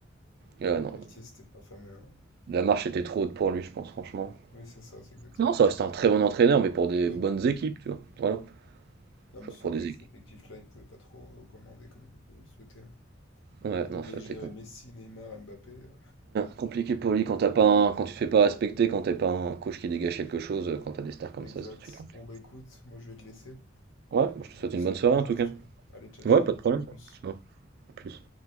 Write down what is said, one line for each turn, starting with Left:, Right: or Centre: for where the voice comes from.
Right: Et ouais,
Left: Ouais,
Right: non.
Left: Galtier, c'était pas fameux. hein.
Right: La marche était trop haute pour lui, je pense, franchement.
Left: Oui, c'est ça, c'est exactement
Right: Non, ça reste
Left: ça.
Right: un très bon entraîneur, mais pour des
Left: Oui.
Right: bonnes équipes, tu vois. Voilà.
Left: Non, mais
Right: Genre
Left: c'est sûr
Right: pour
Left: qu'avec
Right: des équipes.
Left: cet effectif-là, il pouvait pas trop euh, commander comme il, comme il le souhaitait. hein.
Right: Ouais,
Left: Il devait
Right: non, ça,
Left: gérer
Right: c'est
Left: Messi, Neymar, Mbappé. euh.
Right: compliqué pour lui quand t'as pas un- quand tu te fais pas respecter, quand t'es pas un coach qui dégage quelque chose, euh, quand t'as des stars comme
Left: Exact.
Right: ça, c'est tout de suite. compliqué.
Left: Bon, bah écoute, moi je vais te laisser.
Right: Ouais, moi, je te souhaite
Left: On en discute
Right: une bonne soirée
Left: plus
Right: en
Left: tard
Right: tout cas.
Left: si tu veux. Allez, ciao, ciao.
Right: Ouais, pas de problème.
Left: À plus.
Right: Ciao. À plus.